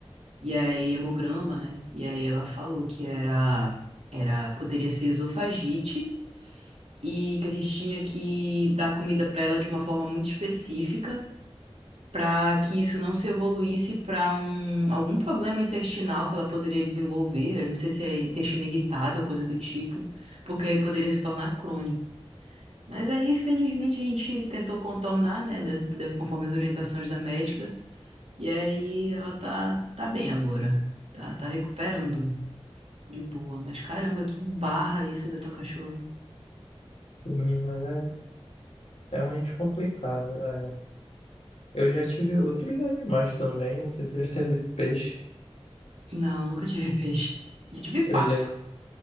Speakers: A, on the right (about 80°); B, on the left (about 80°).
A: E aí, hemograma, né? E aí ela falou que era, era, poderia ser esofagite, e que a gente tinha que dar comida para ela de uma forma muito específica, para que isso não se evoluísse para um, algum problema intestinal que ela poderia desenvolver. Eu não sei se é intestino irritado ou coisa do tipo, porque aí poderia se tornar crônico. Mas aí, felizmente, a gente tentou contornar, né, da- da- conforme as orientações da médica, e aí ela tá, tá bem agora. Tá, tá recuperando de boa. Mas caramba, que barra isso da tua cachorra.
B: Sim, mas é realmente complicado. é. Eu já tive outros animais também, não sei se já teve peixe.
A: Não, nunca tive <laughs> peixe. Já tive
B: Eu
A: pato.
B: já,